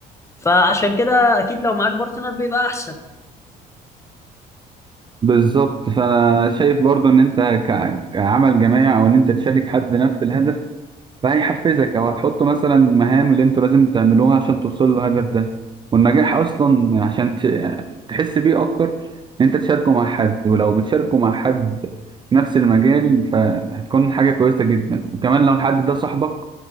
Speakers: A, on the left (about 15°); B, on the right (about 25°).
A: فعشان كده اكيد لو معاك بارتنر بيبقى احسن
B: بالظبط فانا شايف برضو ان انت ك- كعمل جماعي او ان انت تشارك حد نفس الهدف فهيحفزك او هتحط مثلا مهام اللي انتوا لازم تعملوها عشان توصلوا للهدف ده والنجاح اصلا عشان ت- تحس بيه اكتر ان انت تشاركه مع حد ولو بتشاركه مع حد نفس المجال فهتكون حاجة كويسة جدا وكمان لو الحد ده صاحبك